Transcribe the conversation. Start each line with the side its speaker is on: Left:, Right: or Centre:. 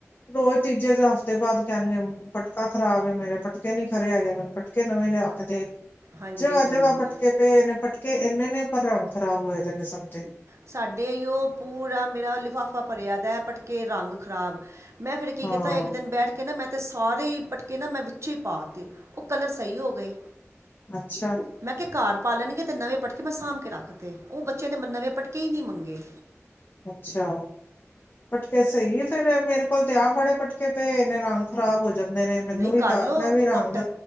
Left: ਰੋਜ਼ ਤੀਜੇ ਹਫ਼ਤੇ ਬਾਅਦ ਕਹਿਣਗੇ ਪਟਕਾ ਖਰਾਬ ਏ ਮੇਰੇ ਪਟਕੇ ਨੀ ਖਰੇ ਹੈਗੇ ਮੈਨ ਪਟਕੇ ਕੇ ਨਵੇਂ ਲਿਆ ਕੇ ਦੇ।
Right: ਹਾਂਜੀ
Left: ਜਗ੍ਹਾ-ਜਗ੍ਹਾ
Right: ਹਾਂਜੀ
Left: ਪਟਕੇ ਪਏ ਨੇ ਪਟਕੇ ਇੰਨੇ ਨੇ ਪਰ ਰੰਗ ਖ਼ਰਾਬ ਹੋਏ ਦੇ ਨੇ ਸਭ ਦੇ।
Right: ਸਾਡੇ ਇਹਉ ਪੂਰਾ ਮੇਰਾ ਲਿਫ਼ਾਫਾ ਭਰਿਆ ਪਿਆ ਪਟਕੇ ਰੰਗ ਖ਼ਰਾਬ। ਮੈਂ ਫਿਰ ਕੀ
Left: ਹਾਂ
Right: ਕੀਤਾ ਇੱਕ ਦਿਨ ਬੈਠ ਕੇ ਨਾ ਮੈਂ ਅਤੇ ਸਾਰੇ ਈ ਪਟਕੇ ਨਾ ਮੈਂ ਵਿਚੇ ਈ ਪਾਤੇ ਉਹ ਕਲਰ ਸਹੀ ਹੋ ਗਏ।
Left: ਅੱਛਾ
Right: ਮੈਂ ਕਿਹਾ ਘਰ ਪਾਲਣਗੇ ਤੇ ਨਵੇਂ ਪਟਕੇ ਮੈਂ ਸਾਂਭ ਕੇ ਰੱਖ ਤੇ, ਉਹ ਬੱਚਿਆਂ ਨੇ ਨਵੇਂ ਪਟਕੇ ਈ ਨੀ ਮੰਗੇ।
Left: ਅੱਛਾ। ਪਟਕੇ ਸਹੀ ਏ ਫਿਰ ਮੇਰੇ ਕੋਲ ਤੇ ਆਹ ਬੜੇ ਪਟਕੇ ਪਏ ਨਾਲੇ ਰੰਗ ਖਰਾਬ ਹੋ ਜਾਂਦੇ ਨੇ ਮੈਨੂੰ
Right: ਨਹੀਂ
Left: ਵੀ
Right: ਕਰ
Left: ਤਾਂ
Right: ਲਓ
Left: ਮੈਂ ਵੀ ਰੰਗ,
Right: ਕੋਟ